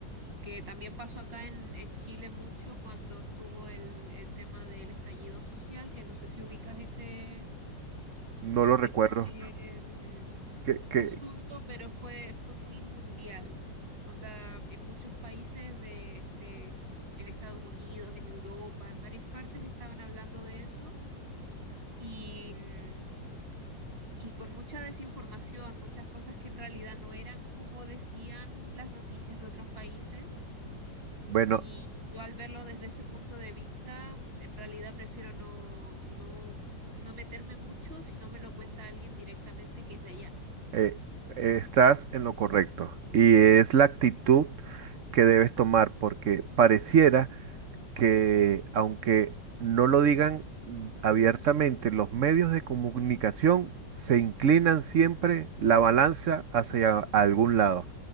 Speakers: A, on the right; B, on the right.
A: que también pasó acá en, en Chile mucho cuando estuvo el, el tema del estallido social, que no sé si ubicas ese,
B: no lo recuerdo.
A: ese, em,
B: Que, que,
A: asunto, pero fue, fue muy mundial. Onda, en muchos países de este, en Estados Unidos, en Europa, en varias partes estaban hablando de eso y, mm, y con mucha desinformación, muchas cosas que en realidad no eran como decían las noticias de otros países.
B: bueno,
A: Y yo al verlo desde ese punto de vista, en realidad prefiero no, no, no meterme mucho si no me lo cuenta alguien directamente que es de allá.
B: Eh, estás en lo correcto y es la actitud que debes tomar porque pareciera que aunque no lo digan abiertamente, los medios de comunicación se inclinan siempre la balanza hacia algún lado.